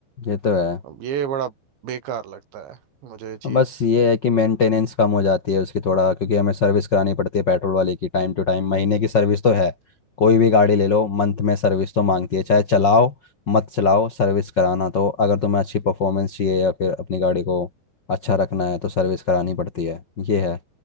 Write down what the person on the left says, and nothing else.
ये तो है
बस ये है कि मेंटेनेंस कम हो जाती है उसकी थोड़ा क्योंकि हमें सर्विस करानी पड़ती है पेट्रोल वाले की टाइम टू टाइम महीने की सर्विस तो है कोई भी गाड़ी ले लो मंथ में सर्विस तो मांगती है चाहे चलाओ मत चलाओ सर्विस कराना तो अगर तुम्हें अच्छी परफॉर्मेंस चाहिए या फिर अपनी गाड़ी को अच्छा रखना है तो सर्विस करानी पड़ती है ये है